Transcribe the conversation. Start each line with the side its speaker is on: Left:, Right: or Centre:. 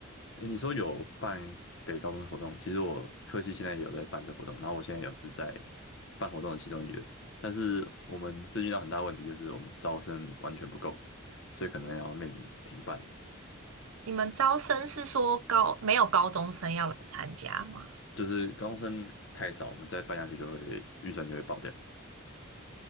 Left: 哎，你说有办给高中的活动，其实我科系现在也有在办这活动，然后我现在也是在办活动的其中一员，但是我们最近遇到很大问题，就是我们招生完全不够，所以可能要面临停办，
Right: 你们招生是说高，没有高中生要来参加吗？
Left: 就是高中生太少，我们再办下去就会预算就会爆掉，